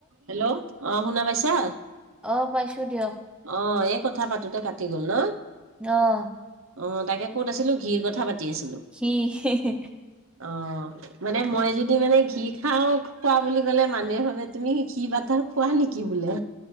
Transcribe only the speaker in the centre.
অ পাইছো দিয়ক
অহ।
ঘি, হি হি